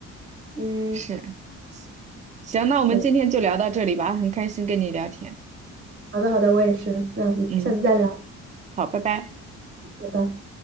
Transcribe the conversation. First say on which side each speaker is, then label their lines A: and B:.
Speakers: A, on the right (about 45°); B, on the right (about 25°).
A: 嗯，
B: 是，行，那我们今天就聊到这里吧，
A: 对，
B: 很开心跟你聊天，
A: 好的好的，我也是，那下次再聊，
B: 嗯，好，拜拜。
A: 拜拜。